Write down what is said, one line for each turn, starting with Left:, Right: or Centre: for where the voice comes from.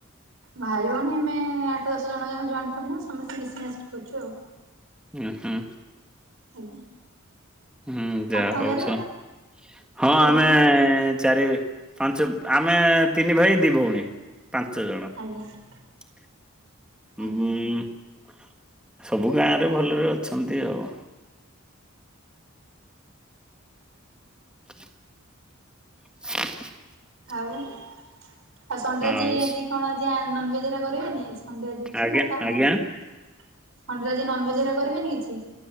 Right: ଭାଇ ଭଉଣୀ ଆମେ ଆଠ ଦଶ ଜଣ ଯମେ ଜଏଣ୍ଟ ଫମିଲ ସମସ୍ତେ ମିଶିସି କହୁଛୁ ଆଉ।
Centre: ହୁଁ ହୁଁ।
Right: ଆଜ୍ଞା।
Centre: ହୁଁ ଯାହା
Right: ଆପଣଙ୍କ
Centre: ହଉଛ
Right: ଘରେ
Centre: ହଁ
Right: ଭାଇ
Centre: ଆମେ
Right: ଭଉଣୀ
Centre: ଚାରି ପାଞ୍ଚ ଆମେ ତିନି ଭାଇ ଦି ଭଉଣୀ ପାଞ୍ଚ ଜଣ।
Right: ଆଜ୍ଞା।
Centre: ହୁଁ।
Right: ଆଜ୍ଞା।
Centre: ସବୁ ଗାଁରେ ଭଲରେ ଅଛନ୍ତି ଆଉ। <inaudible>
Right: ଆଉ ଆଉ ସଣ୍ଡାଜି
Centre: ଆଉ
Right: ଆଜି କଣ ଆଜି ନନଭେଜ କରିବେନି ଆଜି ଣ୍ଡିଆ ଯଉଛି
Centre: ଆଜ୍ଞା
Right: ନା ଖାଆନ୍ତିନି
Centre: ଆଜ୍ଞା।
Right: ଖଣ୍ଡି ଆଜି ନନ ଭଜା କରିବେନି କିଛି